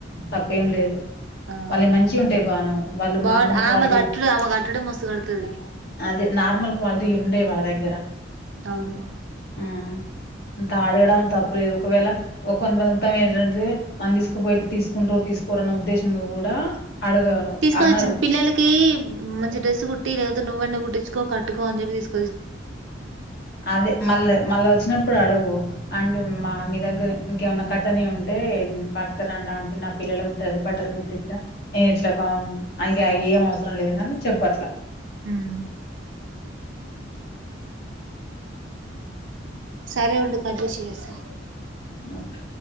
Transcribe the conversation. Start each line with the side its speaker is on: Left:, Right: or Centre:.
Left: తప్పేం లేదు.
Right: ఆ
Left: వాళ్ళువి మంచి ఉంటాయి బాను వాళ్ళు
Right: బాగుంట
Left: మామూలు క్వాలిటీ.
Right: ఆమె కట్టుడు ఆమె కట్టుడే మస్తు కడుతది
Left: అది, నార్మల్ క్వాలిటీ ఉంటాయి వాళ్ళ దగ్గర.
Right: అవును.
Left: ఆ అంత అడగడం తప్పు లేదు. ఒకవేళ ఒక కొంత ఏంటంటే మనం తీసుకుపోయితే తీసుకుంట్రో తీసుక. కోరన్న ఉద్దేశంగా కూడా అడగ
Right: తీసుకొనిచ్చింది.
Left: అనరు
Right: పిల్లకి మంచి డ్రెస్ కుట్టి లేకపోతే నువన్న కుట్టిచ్చుకో కట్టుకో అని చెప్పి తీసుకో.
Left: అదే మళ్ళ మళ్ళ వచ్చినప్పుడు అడుగు అంటే మా మీ దగ్గర ఇంకేమన్నా కట్టనివి ఉంటే పట్టకరాండిఆంటి. నా పిల్లల బట్టలు గుట్టిస్త నేను ఇట్లా అ ఏం అవసరం లేదు అని చెప్పట్లా.
Right: మ్!
Left: <inaudible>
Right: సరే ఉండు కట్ చేసి చేస్తా.
Left: నక్!.